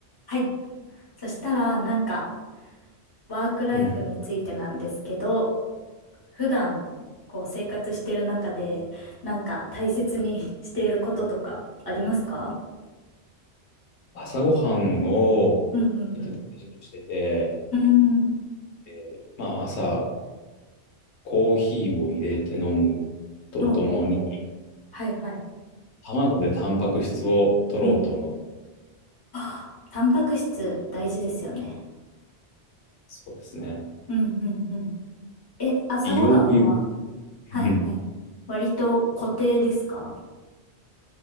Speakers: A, on the left; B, on the left.
A: はい。そしたら、なんか、ワークライフについてなんですけど、
B: うん。
A: 普段、こう、生活してる中で、なんか、大切に <laughs> していることとか、ありますか
B: 朝ごはんを、
A: うんうんうん。
B: えっと、大事にしてて、
A: うん。
B: えーまあ、朝、コーヒーを入れて飲むとともに、
A: おうおうおう。はいはい。
B: 卵でタンパク質を取ろうと思って、
A: うん。はあタンパク質大事ですよね。
B: そうですね。
A: うんうんうん。え、朝ごはんは、
B: 美容という、
A: はいはい。
B: うん
A: 割と固定ですか